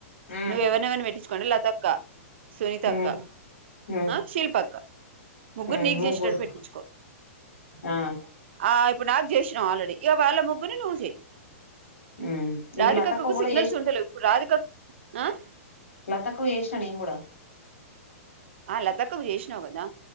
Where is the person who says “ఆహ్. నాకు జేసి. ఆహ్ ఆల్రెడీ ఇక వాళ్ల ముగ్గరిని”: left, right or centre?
Right